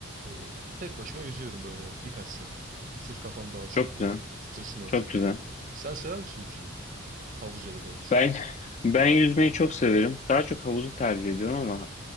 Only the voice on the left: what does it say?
çok
güzel,
çok güzel.
Ben ben yüzmeyi çok severim. Daha çok havuzu tercih ediyorum ama